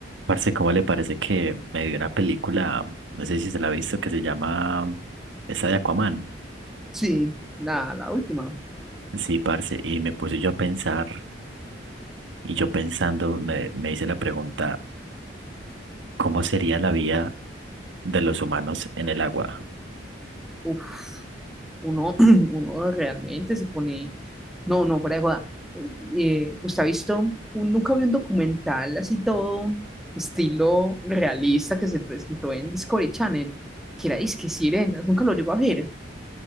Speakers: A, on the right; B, in the centre.
A: Parce, ¿cómo le parece que me vi una película, no sé si se la ha visto, que se llama esa de Aquaman?
B: Sí, la, la última.
A: Sí, parce, y me puse yo a pensar, y yo pensando, me, me hice la pregunta, ¿cómo sería la vida de los humanos en el agua?
B: Uf, uno, <clears throat> uno realmente se pone. No, no, fuera de joda. Eh, ¿usted ha visto? un- Nunca vi un documental así todo estilo realista que se presentó en Discovery Channel, que era Disque Sirenas, nunca lo llegó a ver,